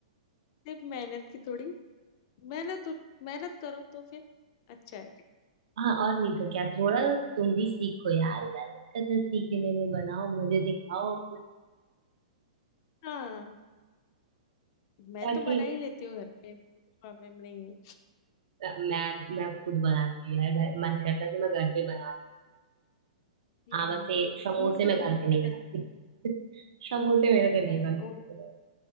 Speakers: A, on the left; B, on the right.
A: सिर्फ मेहनत की थोड़ी मेहनत मेहनत करो तो फिर अच्छा है
B: हाँ और नहीं तो क्या थोड़ा तुम भी सीखो यार क्या दिक्कत है सीखने में बनाओ मजे से खाओ अपना
A: हाँ मैं
B: ताकि
A: तो बना ही लेती हूँ घर पे प्रॉब्लम नहीं है
B: मैं मैं खुद बनाती हूँ यार घर- मन करता है तो मैं घर पे बना लूँ
A: हम्म
B: हाँ बस ये समोसे
A: मूड के
B: मैं
A: ऊपर
B: घर
A: डिपेंड
B: पे नहीं बनाती
A: रहता है
B: समोसे मेरे से नहीं
A: नहीं
B: बनते
A: वो